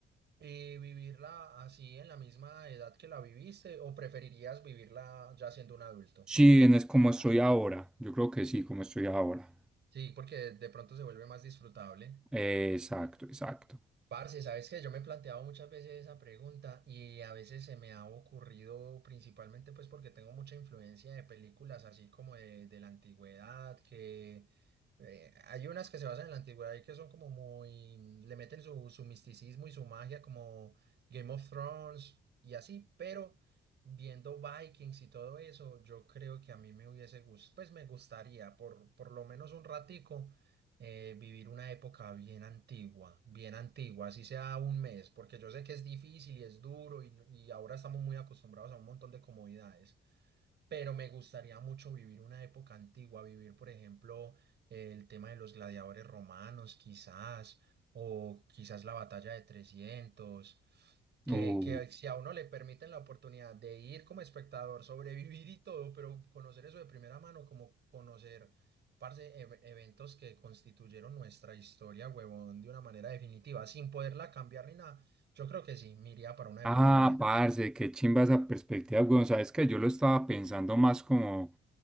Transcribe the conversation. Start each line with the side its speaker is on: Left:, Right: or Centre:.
Right: ¿Y vivirla así en la misma edad que la viviste o preferirías vivirla ya siendo un adulto?
Centre: Sí, en es como estoy ahora. Yo creo que sí, como estoy ahora.
Right: Sí, porque de pronto se vuelve más disfrutable.
Centre: Eh, exacto, exacto.
Right: Parce, sabes que yo me he planteado muchas veces esa pregunta y a veces se me ha ocurrido principalmente pues porque tengo mucha influencia de películas así como de, de la antigüedad, que eh, hay unas que se basan en la antigüedad y que son como muy, mm, le meten su, su misticismo y su magia como Game of Thrones y así, pero viendo Vikings y todo eso, yo creo que a mí me hubiese gustado, pues me gustaría por, por lo menos un ratico eh, vivir una época bien antigua, bien antigua, así sea un mes, porque yo sé que es difícil y es duro y, y ahora estamos muy acostumbrados a un montón de comodidades, pero me gustaría mucho vivir una época antigua, vivir, por ejemplo, el tema de los gladiadores romanos, quizás, o quizás la batalla de 300 que,
Centre: Uh.
Right: que si a uno le permiten la oportunidad de ir como espectador, sobrevivir y todo, pero conocer eso de primera mano, como conocer, parce, ev- eventos que constituyeron nuestra historia, huevón, de una manera definitiva, sin poderla cambiar ni nada, yo creo que sí, me iría para una época
Centre: Ah,
Right: bien.
Centre: parce, qué chimba esa perspectiva, weón. Sabes que yo lo estaba pensando más como